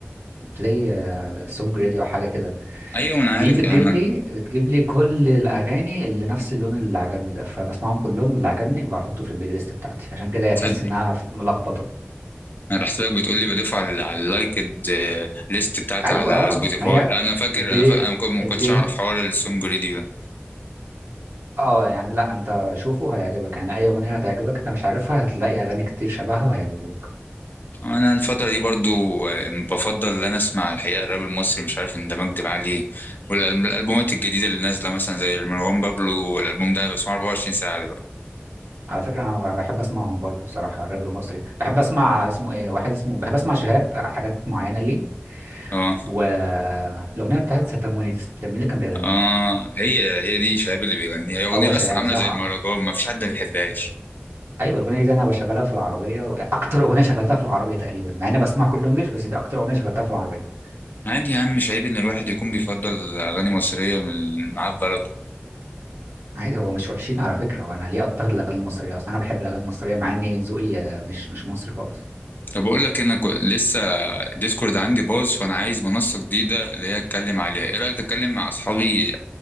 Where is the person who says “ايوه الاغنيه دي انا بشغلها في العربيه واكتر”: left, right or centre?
Right